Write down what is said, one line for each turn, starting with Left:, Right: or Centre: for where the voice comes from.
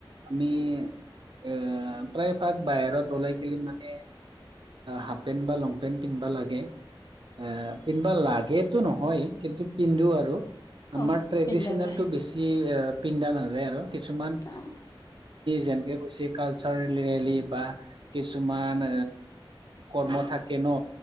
Right: আমি এ প্ৰায় ভাগ বাহিৰত ওলাই কি মানে হাফ পেণ্ট, বা লং পেণ্ট, পিন্ধিবা লাগে এ পিন্ধবা লাগেতো নহয় কিন্তু পিন্ধো আৰু আমাৰ
Left: অঁ
Right: ট্ৰেডিচনেলটো
Left: পিন্ধা যায়
Right: বেছি পিন্ধা নাযায় আৰু কিছুমান
Left: অঁ
Right: যেনেকে কৈ কালচা ৰেলী বা কিছুমান ক থাকে ন